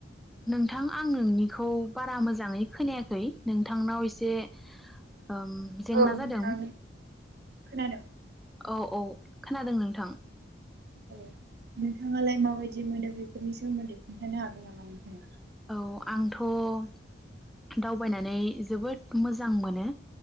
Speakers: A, in the centre; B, on the right.
A: नोंथां आं नोंनिखौ बारा मोजाङै खोनायाखै नोंथांनाव एसे ओम जेंना
B: औ नोंथां
A: जादों
B: खोनादों
A: औ औ खोनादों नोंथां
B: औ नोंथाङालाय माबायदि मोनो बेफोरनि सोमोन्दै खोन्थानो हागोन नामा नोंथाङा?
A: अ' आंथ' दावबायनानै जोबोद मोजां मोनो।